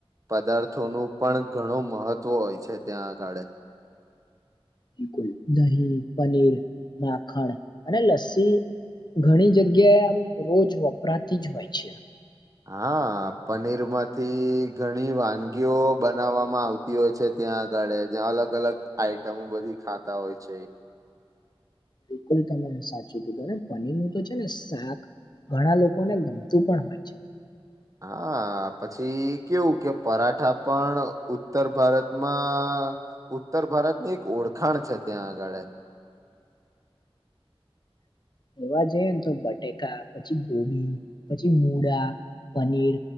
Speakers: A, on the right; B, on the left.
A: પદાર્થોનું પણ ઘણું મહત્વ હોય છે ત્યાં આગળે
B: બિલકુલ દહીં પનીર માખણ અને લસ્સી ઘણી જગ્યાએ આમ રોજ વપરાતી જ હોય છે
A: હા પનીર માંથી ઘણી વાનગીઓ બનાવવામાં આવતી હોય છે ત્યાં આગળ જ્યાં અલગ અલગ આઈટમો બધી ખાતા હોય છે
B: બિલકુલ તમે સાચું કીધું પનીરનુંું તો છે ને શાક ઘણા લોકોને ગમતું પણ હોય છે
A: હા પછી કેવું કે પરાઠા પણ ઉત્તર ભારતમાં હા ઉત્તર ભારતની એક ઓળખાણ છે ત્યાં આગળ <inaudible>
B: એવા જઈ ને તો બટેકા પછી ગોભી પછી મૂળા પનીર